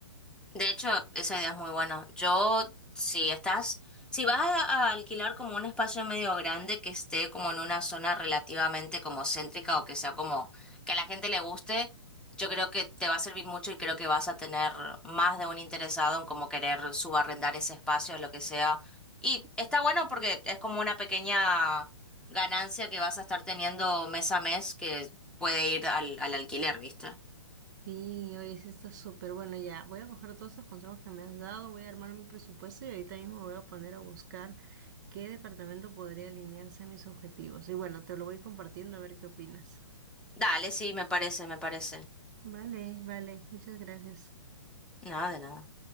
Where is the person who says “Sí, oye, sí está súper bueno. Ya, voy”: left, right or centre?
Right